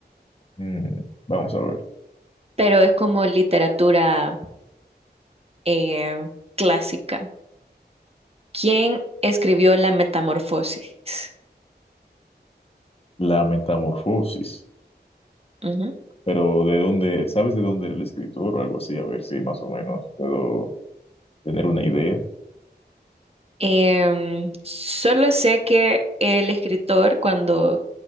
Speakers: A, on the left; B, on the right.
A: Mm, vamos a ver.
B: pero es como literatura eh, clásica. ¿Quién escribió La Metamorfosis?
A: La metamorfosis.
B: Ujú.
A: Pero ¿de dónde? ¿Sabes de dónde era el escritor o algo así? A ver si más o menos puedo tener una idea.
B: Em, solo sé que el escritor cuando